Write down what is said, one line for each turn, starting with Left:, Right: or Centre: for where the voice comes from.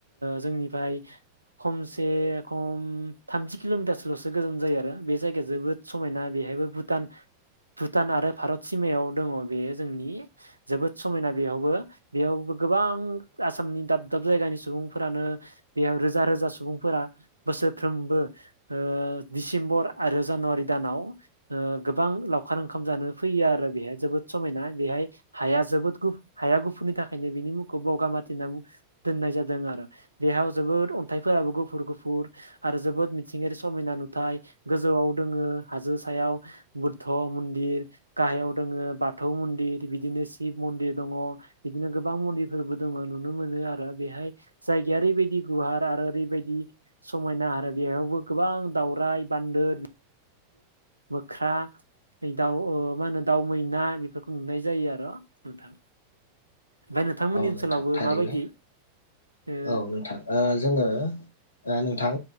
Right: जोंनिफ्राय खमसे खम थामजि किल'मिटारसोल'सो गोजान जायो आरो बे जायगाया जोबोद समायना बे एबो भुटान भुटान आरो भारत सिमायाव दङ बेयो जोंनि जोबोद समायना बेयावबो बेयावबो गोबां आसामनि दाब दाब जायगानि सुबुंफोरानो बेयाव रोजा रोजा सुबुंफोरा बोसोरफ्रोमबो ओ दिसेम्बर आरो जानुवारि दानाव ओ गोबां लावखार ओंखाम जानो फैयो आरो बेहाय जोबोद समायना बेहाय हाया जोबोद गु हाया गुफुरनि थाखायनो बिनि मुंखौ बगाामाथि होनना दोननाय जादों आरो बेयाव जोबोद अन्थाइफोराबो गुफुर गुफुर आरो जोबोद मिथिंगायारि समायना नुथाय गोजौआव दोङो हाजो सायाव बुध्द मन्दिर गाहायाव दोङो बाथौ मन्दिर बिदिनो शिब मन्दिर दङ बिदिनो गोबां मन्दिरफोरबो दङ नुनो मोनो आरो बेहाय जायगाया ओरैबायदि गुवार आरो ओरैबायदि समायना आरो बेयावबो गोबां दावराइ बान्दोर मोख्रा दाउ मा होनो दाउ मैना बेफोरखौ नुनाय जायो आरो नोंथां ओमफ्राय नोंथांमोननि
Left: औ
Right: ओनसोलावबो
Left: नोंथां थारैनो
Right: माबायदि ओ
Left: औ नोंथां जोङो नोंथां